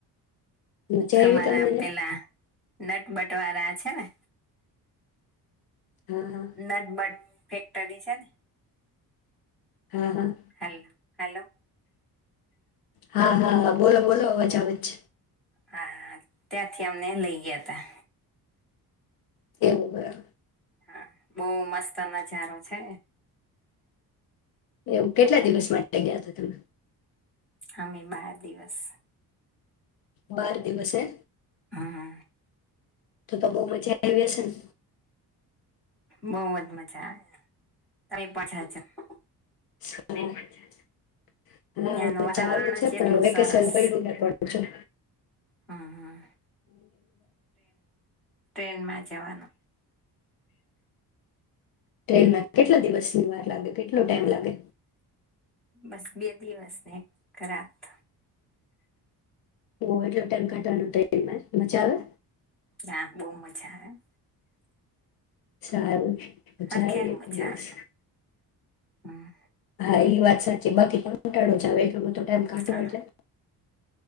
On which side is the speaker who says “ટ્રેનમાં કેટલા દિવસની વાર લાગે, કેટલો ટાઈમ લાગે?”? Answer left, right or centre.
Left